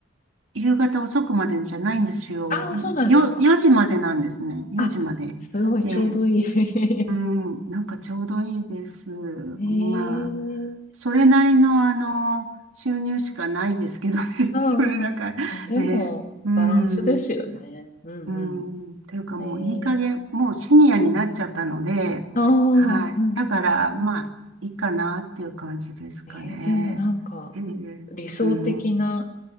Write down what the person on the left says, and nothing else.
あ、そうなんですか。
あ、すごい、
ちょうどいい。<laughs>
ええ
うんうんうん。
でも、
バランスですよね。うんう
ん。ええ
ああ、
うん。
ね。
えーでもなんか、
理想的な、